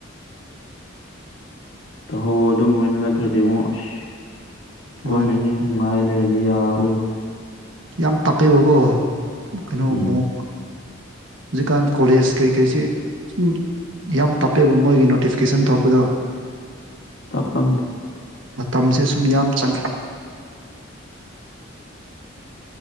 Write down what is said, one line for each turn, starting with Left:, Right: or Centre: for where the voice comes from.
Left: ꯇꯧꯍꯧꯋꯣ ꯑꯗꯨꯝꯕ ꯑꯣꯏꯅ ꯅꯠꯇ꯭ꯔꯗꯤꯉꯣ ꯑꯁ ꯒꯣ
Right: ꯃꯥꯅꯦ
Left: ꯃꯦꯟꯒꯤ ꯁꯨꯝ ꯉꯥꯏ ꯂꯩꯔꯗꯤ ꯌꯥꯔꯔꯣꯏ
Right: ꯌꯥꯝ ꯇꯞꯄꯦꯕꯀꯣ ꯀꯩꯅꯣ
Left: ꯎꯝ
Right: ꯃꯣꯛ ꯍꯧꯖꯤꯛꯀꯥꯟ ꯀꯣꯂꯦꯖ ꯀꯩꯀꯩꯁꯦ ꯁꯨꯝ ꯌꯥꯝ ꯇꯞꯄꯦꯕ ꯃꯣꯏꯒꯤ ꯅꯣꯇꯤꯐꯤꯀꯦꯁꯟ ꯊꯣꯛꯄꯗꯣ
Left: ꯇꯐꯝꯝꯗ
Right: ꯃꯇꯝꯁꯦ ꯁꯨꯝ ꯌꯥꯝ ꯆꯪꯉ